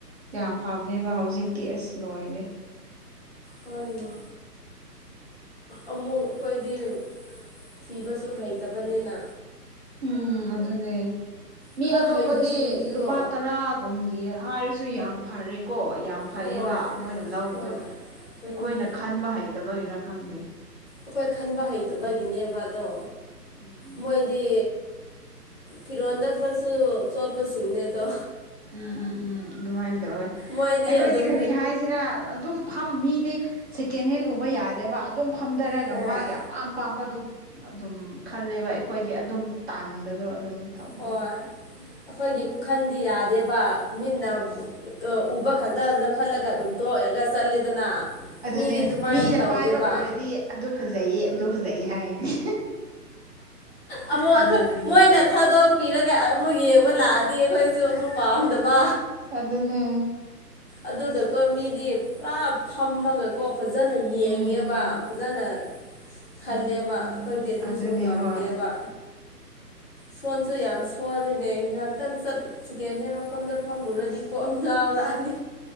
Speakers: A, on the right; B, on the left.
A: ꯌꯥꯝ ꯐꯕꯅꯦꯕ ꯍꯧꯖꯤꯛꯇꯤ ꯑꯁ ꯂꯣꯏꯔꯦ꯫
B: ꯍꯣꯏꯅꯦ꯫ ꯑꯃꯨꯛ ꯑꯈꯣꯏꯗꯤ ꯊꯤꯕꯁꯨ ꯍꯩꯇꯕꯅꯤꯅ꯫
A: ꯎꯝ ꯑꯗꯨꯅꯦ ꯃꯤ
B: ꯈꯔ
A: ꯑꯇꯣꯞꯄꯗꯤ
B: ꯍꯩꯕꯁꯤꯡꯗꯤꯀꯣ
A: ꯂꯨꯄꯥ ꯇꯔꯥ ꯀꯨꯟꯒꯤ ꯍꯥꯏꯔꯁꯨ ꯌꯥꯝ ꯐꯔꯦꯀꯣ ꯌꯥꯝ꯫ ꯐꯩꯌꯦꯕ
B: ꯍꯣꯏ
A: ꯃꯣꯏꯅ ꯂꯧꯕꯗꯣ
B: ꯍꯣꯏ ꯎꯝ
A: ꯑꯈꯣꯏꯅ ꯈꯟꯕ ꯍꯩꯇꯕꯒꯤꯔ ꯈꯪꯗꯦ꯫
B: ꯑꯈꯣꯏ ꯈꯟꯕ ꯍꯩꯇꯕꯒꯤꯅꯦꯕ ꯑꯗꯣ
A: ꯎꯝ
B: ꯃꯣꯏꯗꯤ꯫ ꯐꯤꯔꯣꯟꯜꯗ ꯈꯔꯁꯨ ꯆꯣꯠꯄꯁꯤꯡꯅꯦ ꯑꯗꯣ꯫
A: ꯎꯝ ꯎꯝ ꯎꯝ ꯑꯗꯨꯃꯥꯏꯅ ꯇꯧꯋ‌ꯦ
B: ꯃꯣꯏꯗꯤ
A: ꯑꯈꯣꯏꯗꯤ
B: ꯑꯗꯨꯝ
A: ꯀꯔꯤ ꯍꯥꯏꯁꯤꯔ ꯑꯗꯨꯝ꯫ ꯐꯝ ꯃꯤꯗꯤ ꯁꯦꯀꯦꯟ ꯍꯦꯟ ꯎꯕ ꯌꯥꯗꯦꯕ ꯑꯗꯨꯝ ꯐꯝꯊꯔꯒ
B: ꯍꯣꯏ
A: ꯃꯥꯒꯤ ꯑꯄꯥꯝ ꯑꯄꯥꯝꯕꯗꯨ꯫ ꯑꯗꯨꯝ ꯈꯜꯂꯦꯕ ꯑꯈꯣꯏꯗꯤ ꯑꯗꯨꯝ ꯇꯥꯟꯕꯗꯣ ꯑꯗꯨꯝ꯫ ꯇꯧꯕꯗꯣ
B: ꯍꯣꯏ ꯑꯈꯣꯏꯒꯤ ꯈꯨꯈꯟꯗꯤ ꯌꯥꯗꯦꯕ ꯃꯤꯠꯅ꯫
A: ꯎꯝ
B: ꯎꯕ ꯈꯛꯇ ꯂꯧꯈꯠꯂꯒ ꯑꯗꯨꯝ ꯇꯣꯛꯔꯒ ꯆꯠꯂꯤꯗꯅ
A: ꯑꯗꯨꯅꯦ
B: ꯃꯤꯗꯤ ꯑꯗꯨꯃꯥꯏꯅ
A: ꯃꯤꯅ
B: ꯇꯧꯗꯦꯕ
A: ꯄꯥꯏꯕ ꯎꯔꯗꯤ ꯑꯗꯨ ꯐꯖꯩꯌꯦ ꯑꯗꯨ ꯐꯖꯩ ꯍꯥꯏꯅꯤ
B: ꯑꯃꯨꯛ
A: ꯈꯟꯕꯗꯤ
B: ꯃꯣꯏꯅ
A: ꯍꯩꯇꯕ
B: ꯊꯥꯗꯣꯛꯄꯤꯔꯒ ꯑꯃꯨꯛ ꯌꯦꯡꯕ ꯂꯥꯛꯑꯗꯤ ꯑꯩꯈꯣꯏꯁꯨ ꯑꯃ ꯄꯥꯝꯗꯕ
A: ꯑꯗꯨꯅꯦ
B: ꯑꯗꯨꯒꯀꯣ ꯃꯤꯗꯤ ꯄꯨꯔꯥ ꯐꯝꯃꯒꯀꯣ ꯐꯖꯅ ꯌꯦꯡꯉꯦꯕ
A: ꯎꯝ
B: ꯐꯖꯅ꯫ ꯈꯜꯂꯦꯕ ꯑꯩꯈꯣꯏꯗꯤ ꯑꯗꯨꯁꯨ
A: ꯑꯗꯨꯅꯦ
B: ꯉꯝꯗꯦꯕ
A: ꯍꯣꯏ
B: ꯁꯣꯟꯁꯨ ꯌꯥꯝ ꯁꯣꯜꯂꯤꯅꯦ ꯉꯥꯏꯍꯥꯛꯇꯪ ꯆꯠ ꯁꯦꯀꯦꯟ ꯍꯦꯟ ꯃꯐꯝꯗ ꯐꯝꯂꯨꯔꯗꯤ ꯀꯣꯛ ꯉꯥꯎꯔꯛꯑꯅꯤ꯫